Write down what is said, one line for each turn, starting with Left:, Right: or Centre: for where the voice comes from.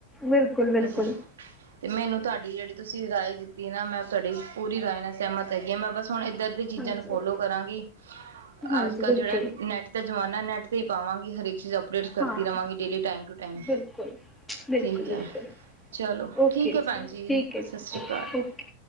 Centre: ਬਿਲਕੁਲ ਬਿਲਕੁਲ
Right: ਏ ਤੇ ਹੈ। ਤੇ ਮੈਨੂੰ ਤਾਡੀ ਜੇੜੀ ਤੁਸੀ ਰਾਏ ਦਿੱਤੀ ਨਾ ਮੈਂ ਤਾਡੀ ਪੂਰੀ ਰਾਏ ਨਾਲ ਸਹਮਤ ਹੈਗੀ ਆ। ਮੈਂ ਬਸ ਹੁਣ ਏਦਾਂ ਦੀ ਚੀਜਾਂ
Centre: ਹਾਂਜੀ
Right: ਨੂੰ ਫੋਲੋ ਕਰਾਂਗੀ।
Centre: ਹਾਂਜੀ
Right: ਅੱਜ-ਕਲ
Centre: ਬਿਲਕੁਲ
Right: ਜੇੜਾ ਨੈਟ ਦਾ ਜਮਾਨਾ ਨੈਟ ਤੇ ਈ ਪਾਵਾਂਗੀ ਹਰੇਕ ਚੀਜ ਅਪ ਪਡੇਟਸ ਕਰਤੀ
Centre: ਹਾਂ
Right: ਰਵਾਂਗੀ ਡੇਲੀ ਟਾਈਮ ਟੂ ਟਾਈਮ
Centre: ਬਿਲਕੁਲ ਬਿਲਕੁਲ
Right: ਠੀਕ
Centre: ਬਿਲਕੁਲ
Right: ਐ। ਚਲੋ।
Centre: ਓਕੇ
Right: ਠੀਕ ਐ ਭੈਣ ਜੀ
Centre: ਠੀਕ ਹੈ ਜੀ
Right: ਸਤਿ ਸ੍ਰੀ ਅਕਾਲ।
Centre: ਓਕੇ